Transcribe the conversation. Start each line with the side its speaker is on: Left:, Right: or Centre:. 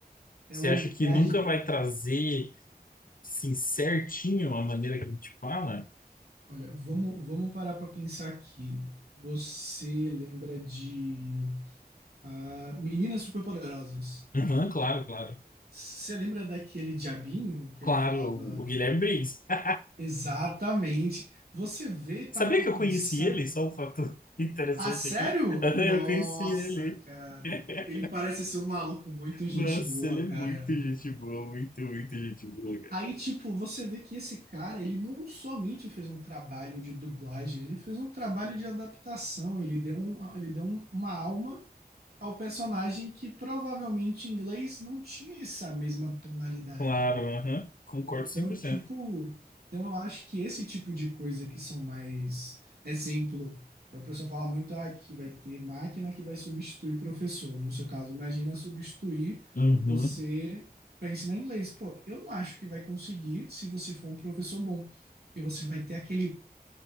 Right: É
Left: Você
Right: o,
Left: acha que
Right: é a,
Left: nunca
Right: é-
Left: vai trazer, assim, certinho a maneira que a gente fala?
Right: olha, vamos, vamos parar para pensar aqui. Você lembra de ah, Meninas Superpoderosas?
Left: Aham, claro, claro.
Right: Você lembra daquele diabinho que ele
Left: Claro,
Right: falava
Left: o o Guilherme Briggs. <laughs>
Right: Exatamente. Você vê, parar
Left: Sabia
Right: pra
Left: que
Right: pensar.
Left: eu conheci ele? Só um fato <laughs> interessante
Right: Ah, sério?
Left: aqui. <laughs>
Right: Nossa,
Left: Eu conheci ele.
Right: cara.
Left: <laughs>
Right: Ele parece ser um maluco muito gente
Left: Nossa,
Right: boa,
Left: ele
Right: cara.
Left: é muito gente boa, muito, muito gente boa, cara.
Right: Aí, tipo, você vê que esse cara, ele não somente fez um trabalho de dublagem, ele fez um trabalho de adaptação, ele deu um, ele deu um- uma alma ao personagem que provavelmente em inglês não tinha essa mesma tonalidade.
Left: Claro, aham. Concordo
Right: Então,
Left: 100%.
Right: tipo, então eu acho que esse tipo de coisa que são mais exemplo, é o pessoal fala muito ah, que vai ter máquina que vai substituir professor. No seu caso, imagina substituir
Left: Uhum.
Right: você para ensinar inglês. Pô, eu não acho que vai conseguir se você for um professor bom, porque você vai ter aquele